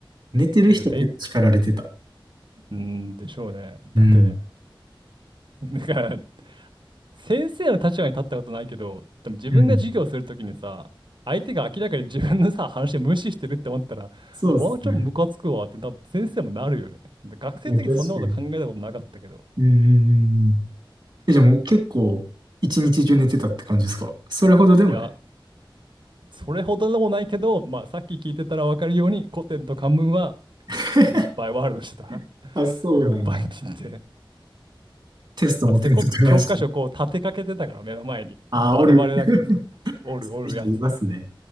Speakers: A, on the right; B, on the right.
A: 寝てる人結構叱られてた。
B: ってべん、うーん、でしょうね。だって、
A: うん。
B: なんか、先生の立場に立ったことないけど、でも自分が授業するときにさ、
A: うん。
B: 相手が明らかに自分のさ、話無視してるって思ったら、
A: そうですね。
B: わあ、ちょっとムカつくわって多分先生もなるよね。で、学生の時そんなこと考えたことなかったけど。
A: いや、確かに。うんうんうんうん。え、じゃあもう結構、一日中寝てたって感じですかそれほどでもない。
B: いや、それほどでもないけど、まあ、さっき聞いてたらわかるように、古典と漢文は、
A: <laughs>
B: グッバイワールドしてた。<laughs>
A: あ、そうなんや。
B: グッバイって言って。
A: テストも点数取らんし。
B: まあ、せこく教科書こう立てかけてたから目の前に。
A: ああ、
B: バレバレだけどさ。
A: おる。
B: おるおるやつ。
A: そういう人いますね。